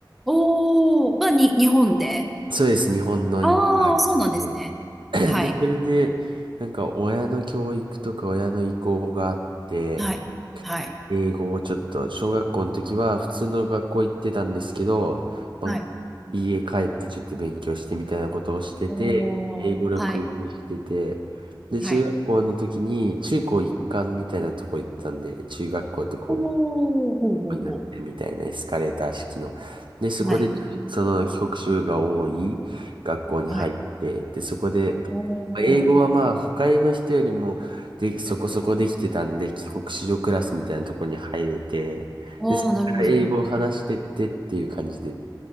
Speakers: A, in the centre; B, on the right.
A: おー、はに、日本で。
B: そうです、日本のインター行って
A: ああ、そうなんですね。
B: て、<laughs> <clears throat>
A: はい。
B: で、それで、なんか親の教育とか親の意向があって、
A: はい。はい。
B: 英語をちょっと、小学校の時は普通の学校行ってたんですけど、まあ、
A: はい。
B: 家帰ってちょっと勉強してみたいなことをしてて、
A: おー、
B: 英語力維持してて、
A: はい。
B: で、
A: はい。
B: 中学校の時に中高一貫みたいなとこ行ったんで、中学校と高校
A: おー、ほうほうほ
B: になってるみたいなエスカレーター式の。で、そこで、
A: う。はい。
B: その帰国子女が多い学校に入って、
A: はい。
B: で、そこで、
A: お
B: まあ英語はまあ、
A: ー、
B: 他の人よりも、で、そこそこできてたんで、帰国子女クラスみたいなところに入れて、
A: おー、
B: で、そこから英語を話してってっていう感じで、
A: なるほど。